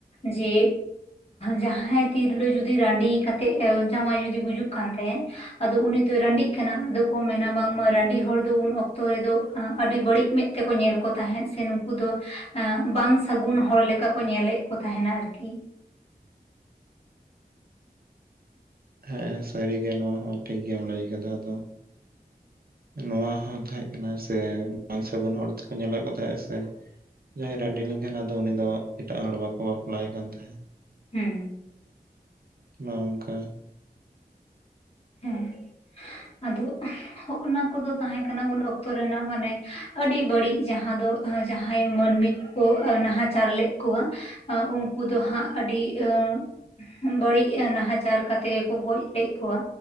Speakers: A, on the left (about 40°); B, on the right (about 65°).
A: ᱡᱮ ᱡᱟᱦᱟᱸᱭ ᱛᱤᱨᱞᱟᱹ ᱡᱩᱫᱤ ᱨᱟᱺᱰᱤ ᱠᱟᱛᱮᱜ ᱮ ᱡᱟᱶᱟᱭ ᱡᱩᱫᱤ ᱜᱩᱡᱩᱜ ᱠᱟᱱ ᱛᱟᱭᱟᱭ ᱟᱫᱚ ᱩᱱᱤ ᱛᱚᱭ ᱨᱟᱺᱰᱤᱜ ᱠᱟᱱᱟ ᱟᱫᱚ ᱠᱚ ᱢᱮᱱᱟ ᱵᱟᱝᱢᱟ ᱨᱟᱺᱰᱤ ᱦᱚᱲ ᱫᱚ ᱩᱱ ᱚᱠᱛᱚ ᱨᱮᱫᱚ ᱟᱸ ᱟᱹᱰᱤ ᱵᱟᱹᱲᱤᱡ ᱢᱮ ᱛᱮᱠᱚ ᱧᱮᱞ ᱠᱚ ᱛᱟᱦᱮᱸᱜ ᱥᱮ ᱱᱩ ᱩᱱᱠᱩ ᱫᱚ ᱮᱸ ᱵᱟᱝ ᱥᱟᱹᱜᱩᱱ ᱦᱚᱲ ᱞᱮᱠᱟ ᱠᱚ ᱧᱮᱞᱮᱫ ᱠᱚ ᱛᱟᱦᱮᱱᱟ ᱟᱨᱠᱤ᱾
B: ᱦᱮᱸ ᱥᱟᱹᱨᱤ ᱜᱮ ᱱᱚᱣᱟ ᱦᱚᱸ ᱴᱷᱤᱠ ᱜᱮᱢ ᱞᱟᱹᱭ ᱟᱠᱟᱫᱟ ᱟᱫᱚ ᱱᱚᱣᱟ ᱦᱚᱸ ᱛᱟᱦᱮᱸ ᱠᱟᱱᱟ ᱥᱮ ᱵᱟᱝ ᱥᱟᱹᱜᱩᱱ ᱦᱚᱲ ᱛᱮᱠᱚ ᱧᱮᱞᱮᱜ ᱠᱚ ᱛᱟᱦᱮᱸᱜ ᱥᱮ ᱡᱟᱦᱟᱸᱭ ᱨᱺᱰᱤ ᱞᱮᱱᱠᱷᱟᱱ ᱟᱫᱚ ᱩᱱᱤ ᱫᱚ ᱮᱴᱟᱜ ᱦᱚᱲ ᱵᱟᱠᱚ ᱵᱟᱯᱞᱟᱭ ᱠᱟᱱ ᱛᱟᱦᱮᱸᱜ᱾
A: ᱦᱮᱸ
B: ᱱᱚᱝᱠᱟ᱾ <inaudible>
A: ᱦᱮᱸ ᱟᱫᱚ ᱦᱚᱜ-ᱚ ᱱᱟ ᱠᱚᱫᱚ ᱛᱟᱦᱮᱸ ᱠᱟᱱᱟ ᱩᱱ ᱚᱠᱛᱚ ᱨᱮᱱᱟᱜ ᱢᱟᱱᱮ ᱟᱹᱰᱤ ᱵᱟᱹᱲᱤᱡ ᱡᱟᱦᱟᱸ ᱫᱚ ᱦᱮᱸ ᱡᱟᱦᱟᱸᱭ ᱢᱟᱹᱱᱢᱤ ᱠᱚᱠᱚ ᱱᱟᱦᱟᱪᱟᱨ ᱞᱮᱫ ᱠᱚᱣᱟ ᱚ ᱩᱱᱠᱩ ᱫᱚ ᱦᱟᱸᱜ ᱟᱹᱰᱤ ᱮᱸ ᱵᱟᱹᱲᱤᱡ ᱱᱟᱦᱟᱸᱪᱟᱨ ᱠᱟᱛᱮ ᱜᱮᱠᱚ ᱜᱚᱡᱽ ᱞᱮᱫ ᱠᱚᱣᱟ᱾